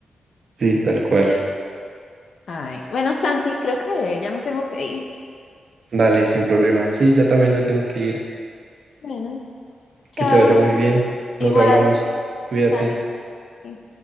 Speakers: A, on the right (about 60°); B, on the left (about 70°).
A: Sí, tal cual.
B: Ay. Bueno, Santi, creo que ya me tengo que ir.
A: Dale, sin problema. Sí, ya también me tengo que ir.
B: Bueno, chao.
A: Que te vaya muy bien. Nos
B: Igual,
A: hablamos. Cuídate.
B: dale. sí.